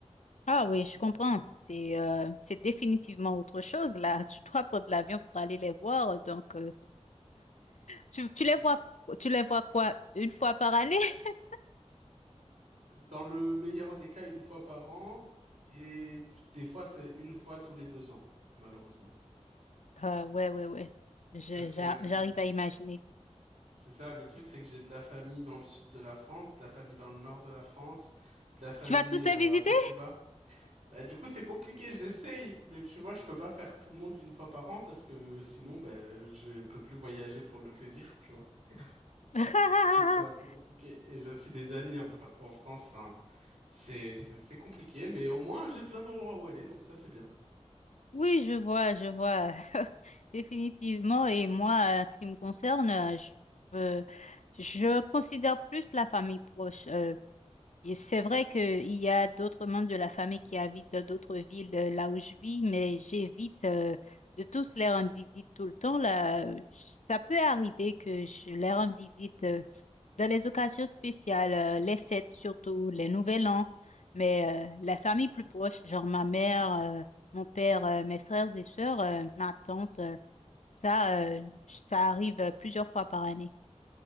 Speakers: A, on the left; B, on the right.
A: Ah oui, je comprends. C'est euh, c'est définitivement autre chose là. Tu dois prendre l'avion pour aller les voir, donc. euh, Tu, tu les
B: C'est
A: vois,
B: ça.
A: tu les vois quoi? Une fois par année? <laughs>
B: Dans le meilleur des cas, une fois par an, et des fois, c'est une fois tous les deux ans, malheureusement.
A: Ah, ouais, ouais, ouais. Je-
B: Parce que
A: j'a- j'arrive à imaginer.
B: c'est ça, le truc, c'est que j'ai de la famille dans le sud de la France, de la famille dans le nord de la France, de la famille
A: Tu vas tous
B: euh,
A: les visiter?
B: un peu plus bas. Bah, du coup, c'est compliqué, j'essaye, mais tu vois, je peux pas faire tout le monde une fois par an parce que sinon, ben je peux plus voyager pour le plaisir, tu vois. <laughs>
A: <laughs>
B: Donc, c'est un peu compliqué. Et j'ai aussi des amis un peu partout en France, enfin. C'est, c'est c'est compliqué, mais au moins j'ai plein d'endroits où aller, donc ça c'est bien.
A: Oui, je vois, je vois. <laughs> Définitivement. Et moi, en ce qui me concerne, euh, je, euh, je considère plus la famille proche. Euh, et c'est vrai qu'il y a d'autres membres de la famille qui habitent dans d'autres villes euh, là où je vis, mais j'évite euh, de tous les rendre visite tout le temps. Là, Euh, j- ça peut arriver que je les rende visite. euh, Dans les occasions spéciales, euh, les fêtes surtout, les nouvel an, mais euh, la famille plus proche, genre ma mère, euh, mon père, euh, mes frères et sœurs, euh, ma tante, euh, ça, euh, ça arrive euh, plusieurs fois par année.